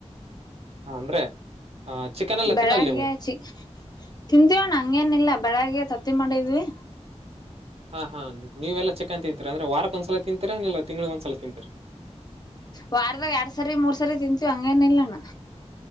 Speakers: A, on the right; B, on the left.
A: ಹ ಅಂದ್ರೆ ಚಿಕನ್ ಎಲ್ಲ
B: ಬೆಳಗ್ಗೆ
A: ತಿನ್ನಲ್ಲ ನೀವು
B: ಚಿ ತಿಂತೀವೋಣ ಹಂಗೇನಿಲ್ಲ ಬೆಳಗ್ಗೆ ತತ್ತಿ ಮಾಡಿದ್ವಿ
A: ಹಾ ಹಾ ನೀವೆಲ್ಲ ಚಕ್ಕನ್ ತಿಂತೀರಿ ಅಂದ್ರೆ ವಾರಕ್ ಒಂದ್ಸಲ ತಿಂತೀರಾ ನೀಲ್ಲ ತಿಂಗ್ಳಿ ಒಂದ್ಸಲ ತಿಂತರಿ
B: ವಾರದ ಎರಡ್ ಸರಿ ಮೂರ್ ಸರಿ ತಿಂತೀವಿ ಹಂಗೇನ ಇಲ್ಲಣ